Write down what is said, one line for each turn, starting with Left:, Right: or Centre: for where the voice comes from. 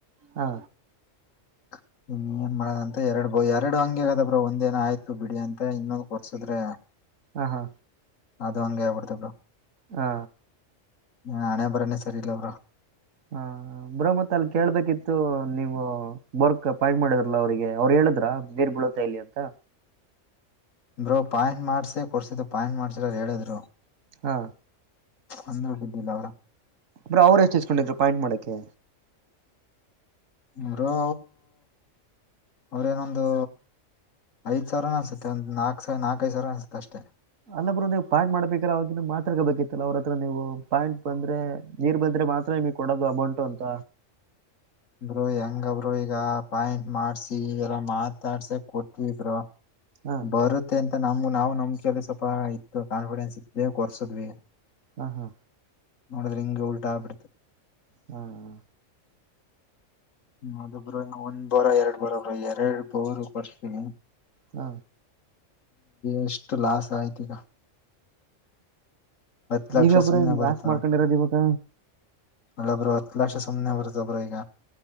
Right: ಹಾ
Left: ಹ ಇನ್ನು ಏನ್ ಮಾಡದಂತ ಎರಡು ಬ ಎರಡು ಹಂಗಗೆ ಅದಬ್ರರು ಒಂದೇನ ಆಯ್ತು ಬಿಡಿ ಅಂತ ಇನ್ನೊಂದು್ ಕೊರ್ಸುದ್ರೆ
Right: ಹಾ ಹಾ
Left: ಅದು ಹಂಗೆ ಆಬಿಡ್ತಬ್ ಬ್ರೋ
Right: ಹಾ
Left: ಹ ಹಣೆ ಬರನೆ ಸರಿ ಇಲ್ಲ ಬ್ರೋ
Right: ಹಾ ಬ್ರೋ ಮತ್ ಅಲ್ಲಿ ಕೇಳ್ಬೇಕಿತ್ತು ಥೂ ನೀವು ಬೋರ್ ಪಾಯಿಂಟ್ ಮಾಡಿದ್ರಲ್ಲ ಅವರಿಗೆ ಅವರು ಹೇಳಿದ್ರಾ ಮಾಡಿದ್ರಲ್ಲ ಅವ್ರು ಹೇಳುದ್ರ ನೀರ್ ಬೀಳತಾ ಇಲ್ಲಿ ಅಂತ
Left: ಬ್ರೋ ಪಾಯಿಂಟ್ ಮಾಡ್ಸೆ ಕೊಡ್ಸಿದ್ದು ಪಾಯಿಂಟ್ ಮಾಡ್ಸಿಲ್ಲರು ಹೇಳಿದ್ರು
Right: ಹಾ
Left: ಅಂದ್ರ ಬಿದ್ದಿಲ್ಲ ಬ್ರೋ
Right: ಬ್ರೋ ಅವ್ ಎಷ್ಟು ಎಚ್ಕೊಂಡಿದ್ರು ಪಾಯಿಂಟ್ ಮಾಡ ಮಾಡೋಕ್ಕೆ
Left: ಬ್ರೋ ಅವ್ರ ಇನ್ನೊಂದು ಐದ್ ಸಾವಿರ ಅನ್ಸುತ್ತೆ ಒಂದು ನಾಕ್ ಐದು ಸಾವಿರ ಅನಸುತ್ತೆ ಅಷ್ಟೇ
Right: ಅಲ್ಲ ಬ್ರೋ ನೀವು ಪಾಯಿಂಟ್ ಮಾಡ್ಬೇಕ್ರ ಅವವಾಗಿಂದ ಮಾತ್ರಗ ಬೇಕಿತ್ತಲ್ಲ ಅವ್ರ ಹತ್ರ ನೀವು ಪಾಯಿಂಟ್ ಬಂದ್ರೆ ನೀರ್ ಬಂದ್ರೆ ಮಾತ್ರಮಗ್ ಕೊಡೋದು ಬಂಟು ಅಂತ
Left: <unintelligible> ಬ್ರೋ ಹೆಂಗಬ್ರು ಈಗ ಪಾಯಿಂಟ್ ಮಾಡ್ಸಿಲ್ಲ ಮಾತಾಡ್ಸ ಕೊಟ್ವಿಬ್ರು
Right: ಹಾ
Left: ಬರುತ್ತೆ ಅಂತ ನಮಗು ನಾವು ನಮ್ ನಂಬಿಕೆಯಲ್ಲಿ ಸ್ವಲ್ಪ ಇತ್ತು ಕಾನ್ಫಿಡೆನ್ಸ್ ಇದ್ದೇ ಕೊರ್ಸದ್ವಿ
Right: ಹಾ ಹಾ
Left: ನೋಡಿದ್ರೆ ಇಂಗೆ ಉಲ್ಟ್ಬಿಡ್ತು
Right: ಹ್ಮ್
Left: ಅದೊಬ್ ಒಂದ್ ಬೋರ ಎರಡ್ ಬೋರ ಒಬ್ ಎರಡ್ ಬೋರ್ ಕೊರ್ಸಿದ್ರೆ
Right: ಹ್ಮ
Left: ಎಷ್ಟು ಲಾಸ್ ಆಯ್ತ ಈಗ ಆತು ಲಕ್ಷ
Right: ನೀವೇ
Left: ಸುಮ್ನೆ
Right: ಬ್ರೋ ಹಿಂಗ್
Left: ಬರುತ್ತಾ
Right: ಲಾಸ್ ಮಾಡ್ಕೊಂಡಿರೋದು ಇವಾಗ
Left: ಅಲ್ಲ ಬ್ರೋ ಹತ್ತ್ ಸುಮ್ನೆ ಬರುತ್ತಾ ಬ್ರೋ ಈಗ